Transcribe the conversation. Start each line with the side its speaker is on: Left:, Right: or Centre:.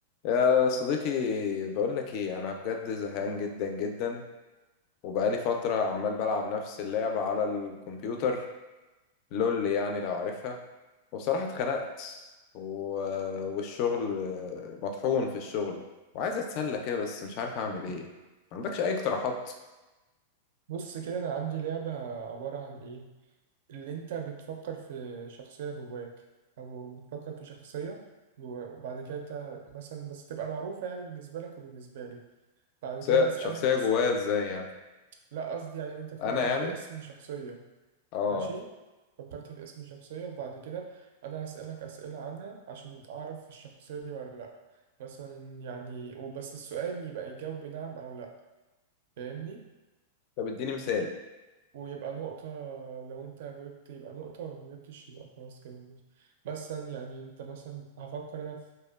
Left: يا صديقي بقول لك ايه انا بجد زهقان جدا جدا وبقالي فتره عمال بلعب نفس اللعبه على الكمبيوتر لول يعني لو عارفها وبصراحه اتخنقت و... والشغل مطحون في الشغل وعايز اتسلى كده بس مش عارف اعمل ايه ما عندكش اي اقتراحات
Right: بص كده انا عندي لعبة عبارة عن ايه اللي انت بتفكر في شخصية جواك او بتفكر في شخصية جوا- وبعد كده انت مثلا بس تبقى معروفة يعني بالنسبة لك وبالنسبة لي بعد
Left: س-
Right: كده انا اسألك
Left: شخصيه
Right: اسئلة
Left: جوايا ازاي يعني
Right: لا قصدي يعني ان انت تفكر
Left: انا يعني
Right: في اسم شخصية
Left: اه
Right: ماشي فكرت في اسم شخصية وبعد كده انا هسألك اسئلة عنها عشان اعرف الشخصية دي ولا لا مثلا يعني وبس السؤال يبقى يجاوب بنعم او لا فاهمني
Left: طب اديني مثال
Right: ويبقى نقطة لو أنت جبت يبقى نقطة ولو مجبتش يبقى خلاص كده بس. مثلا يعني أنت مثلا هفكر أنا في